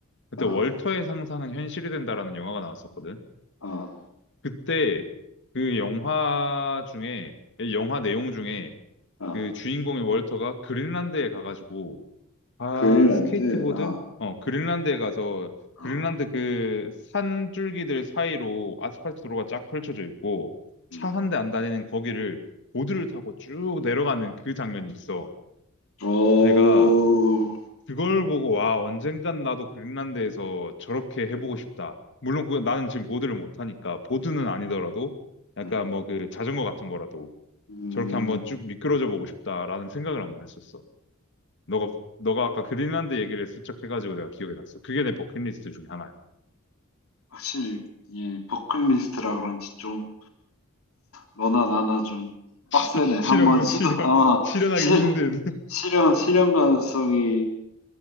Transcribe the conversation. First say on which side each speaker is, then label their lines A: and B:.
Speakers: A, on the left (about 60°); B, on the left (about 80°).
A: 그때
B: 어,
A: 월터의 상상은 현실이 된다라는 영화가 나왔었거든.
B: 어,
A: 그때 그 영화 중에, 예, 영화 내용 중에
B: 어.
A: 그 주인공인 월터가 그린란드에 가가지고, 아,
B: 그린란드.
A: 스케이트보드?
B: 어,
A: 어, 그린란드에 가서,
B: 어,
A: 그린란드 그 산줄기들 사이로 아스팔트 도로가 쫙 펼쳐져 있고, 차
B: 음.
A: 한 대 안 다니는 거기를 보드를 타고 쭉 내려가는 그 장면이 있어.
B: 오,
A: 내가 그걸 보고 와 언젠간 나도 그린란드에서 저렇게 해보고
B: 음,
A: 싶다. 물론 그건 나는 지금 보드를 못하니까 보드는 아니더라도 약간
B: 음,
A: 뭐 그 자전거 같은 거라도
B: 음.
A: 저렇게 한번 쭉 미끄러져 보고 싶다라는 생각을 한번 했었어. 너가 너가 아까 그린란드 얘기를 슬쩍 해가지고 내가 기억이 났어. 그게 내 버킷리스트 중에 하나야.
B: 확실히 이 버킷리스트라 그런지 좀 너나 나나 좀 빡세네.
A: <laughs>
B: 한번
A: 실현
B: 시도,
A: 실현
B: 어,
A: 실현하기
B: 실,
A: 힘든 <laughs>
B: 실현, 실현 가능성이